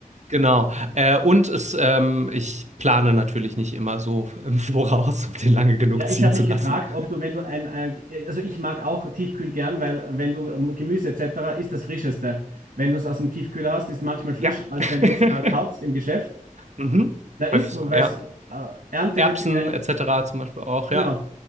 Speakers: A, on the right; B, on the right.
A: Genau. Äh, und es, ähm, ich plane natürlich nicht immer so im <laughs> Voraus, um den lange genug
B: Ja,
A: ziehen
B: ich habe
A: zu
B: mich
A: lassen.
B: gefragt, ob du, wenn du ein, ein, also ich mag auch Tiefkühl gern, weil wenn du ähm, Gemüse etc. ist das Frischeste. Wenn du es aus dem Tiefkühler hast, ist manchmal frischer,
A: Ja.
B: als
A: <laughs>
B: wenn du es äh, kaufst im Geschäft.
A: Mhm.
B: Da ist
A: Häufig
B: so,
A: sogar,
B: weil
A: ja.
B: äh, Ernte
A: Erbsen
B: wird ja gleich,
A: etc. zum Beispiel auch,
B: genau.
A: ja.